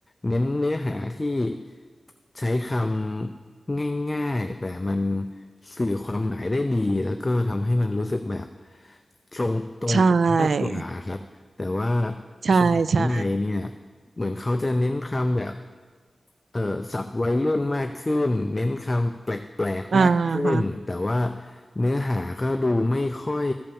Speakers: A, on the left; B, on the right.
A: เน้นเนื้อหาที่ใช้คำง่ายๆแต่มันสื่อความหมายได้ดีแล้วก็ทำให้มันรู้สึกแบบตรงตรงมากกว่าครับ
B: ใช่
A: แต่ว่า
B: ใช่ใช่
A: สมัยใหม่เนี่ยเหมือนเขาจะเน้นคำแบบเอ่อศัพท์วัยรุ่นมากขึ้นเน้นคำแปลกๆมากขึ้นแต่ว่า
B: อ่าฮะ
A: เนื้อหาก็ดูไม่ค่อย